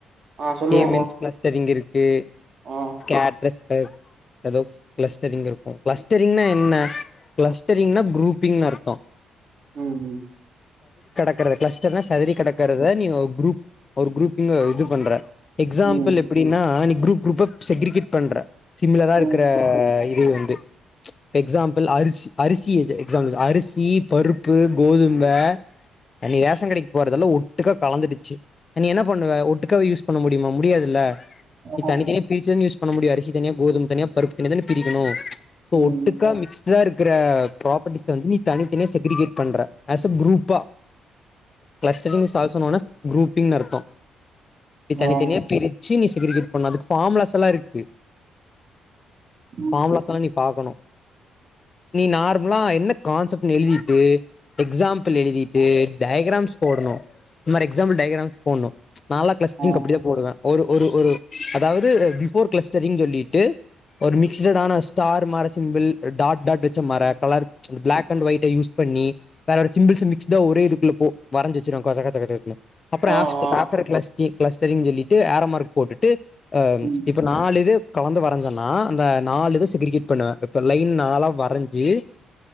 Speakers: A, on the right; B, on the left.
A: ஆ சொல்லு
B: கேமின்ஸ்
A: பாக்கலா
B: கிளஸ்டரிங் இருக்கு
A: ஆ
B: ஸ்க்கேட்ரஸ் டைப் எதோக்ஸ் கிளஸ்டரிங் இருக்கு கிளஸ்டரிங்னா என்ன கிளஸ்டரிங்னா குரூப்பிங்னு அர்த்தோ
A: ம் ம்
B: க்கற கிளஸ்டர்னா செதரி கெடக்கறத நீங்க குரூப் ஒரு குரூப் இந்து இது பண்ற எக்ஸாம்பிள்
A: ம் ம்
B: எப்புடின்னா நீ குரூப் குரூப் செக்ரிகேட் பண்ற சிமிலரா இருக்கற
A: ம்
B: இத் இது வந்து எக்ஸாம்பிள் அரிசி அரிசி எக்சாம்பிள் அரிசி பருப்பு கோதும அன்னிக்கு ரேஸ ன் கடைக்கு போறதல்லா ஒட்டுக்கா கலந்துடுச்சு நீ என்ன பண்ணுவ ஒட்டுக்க யூஸ் பண்ண முடியுமா முடியாதுல்ல
A: ஆஹா
B: நீ தனியே பிரிச்சேனு யூஸ் பண்ண முடியாது அரிசி தனியா கோதும தனியா பருப்பு தனியா தான பிரிக்கணோ சோ
A: ம்
B: ஒட்டுக்கா
A: ம்
B: மிக்ஸ்டா இருக் இக்குற ப்ராப்பர்ட்டி வந்து நீ தனித்தனியா செக்ரிகேட் பண்ற ஆஸ் அ குரூப்பா clustering is also known as குரூப்பிங்னு அர்த்தோ இது தனித்தனியா
A: ஆ
B: பிரித் சீனி செக்ரிகேட் பண்ண அதுக்கு ஃபார்முலாஸ் எல்லா இருக்கு
A: ம்
B: ஃபார்முலாஸ்லா நீ பாக்கணோ நீ நார்மலா என்ன கான்செப்ட் எழுதிட்டு எக்ஸாம்பிள் எழுதிட்டு டயாகிராம்ஸ் போடணோ இந்த மாரி எக்ஸாம்பிள் டயகிராம்ஸ் போடணோ நாலா கிளஸ்ஜிங்
A: ஆ
B: அப்டிதா போடுவே ஒரு ஒரு ஒரு அதாவது பிஃபோர் கிளஸ்டரிங் சொல்லிட்டு ஒரு மிக்ஸடான ஸ்டார் மாற சிம்பிள் டாட் டாட் வெச்ச மற colour black and white use பண்ணி வேற ஒரு சிம்பிள்ஸ் மிக்ஸ்டா ஒரே இதுக்குல்ல போ வரஞ்சு வெச்சுறாங்க கொச்ச கொச்ச கொச்சனு அப்புறோ
A: ஆ
B: ஆப்ஸ்ட்டு
A: ஆ
B: ஆஃப்டர் த க்ளாடரினு சொல்லிட்டு ஏறோ மார்க் போட்டுட்டு அ
A: ம்
B: இப்ப நாலு இது கலந்து வரஞ்சேனா அந்த நாலு இது சிகிரிகேட் பண்ணுவே இப்ப லைன் நாளா வரஞ்சி